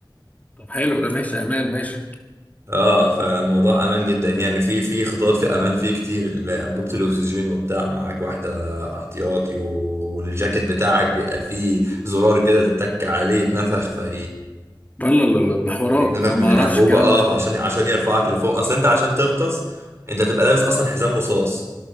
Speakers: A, on the left (about 20°); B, on the right (about 35°).
A: طب حلو ده ماشي امان ماشي
B: اه فالموضوع امان جدا يعني في في خطوات في امان فيه كتير ال- انبوبه الاكسجين وبتاع معاك واحده احتياطي والجاكيت بتاعك بيبقى فيه زرار كده تتك عليه يتنفخ في
A: لا لا لا لا، ده حوارات
B: بيتنفخ
A: انا ما
B: من
A: اعرفش
B: الانبوبه
A: الكلام
B: اه
A: ده
B: عشان عشان يرفعك لفوق اصل انت عشان تغطس انت تبقى لابس اصلا حزام رصاص